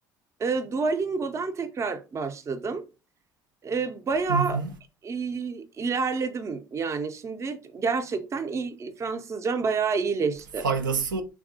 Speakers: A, on the right; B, on the right.
A: e, Duolingo'dan tekrar başladım. E, bayağı
B: Hı hı.
A: e, ilerledim yani. Şimdi gerçekten iyi, Fransızcam bayağı iyileşti.
B: Faydası